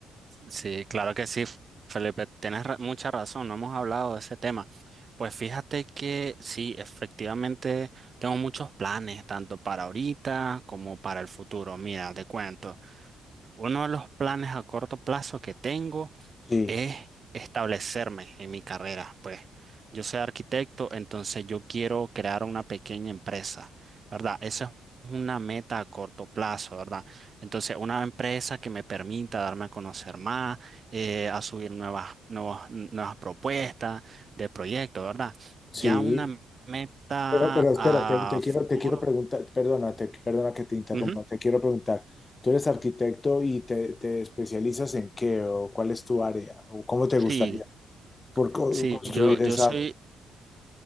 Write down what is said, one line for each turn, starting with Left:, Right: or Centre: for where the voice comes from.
Right: sí, claro que sí, Felipe, tienes ra- mucha razón, no hemos hablado de ese tema. Pues fíjate que sí, efectivamente tengo muchos planes, tanto para ahorita como para el futuro. Mira, te cuento, uno de los planes a corto plazo que tengo
Left: Sí,
Right: es establecerme en mi carrera. Pues yo soy arquitecto, entonces yo quiero crear una pequeña empresa, ¿verdad? Esa es una meta a corto plazo, ¿verdad? Entonces, una empresa que me permita darme a conocer más, eh, a subir nuevas, nuevas, nuevas propuestas de proyectos, ¿verdad?
Left: sí.
Right: Ya una meta
Left: Pero, pero espera,
Right: a
Left: te, te quiero,
Right: futuro.
Left: te quiero preguntar, perdona, te- perdona que te interrumpa,
Right: Ujú,
Left: te quiero preguntar, ¿tú eres arquitecto y te, te especializas en qué o cuál es tu área o cómo te
Right: Sí,
Left: gustaría por co-
Right: sí,
Left: construir
Right: yo, yo
Left: esa?
Right: soy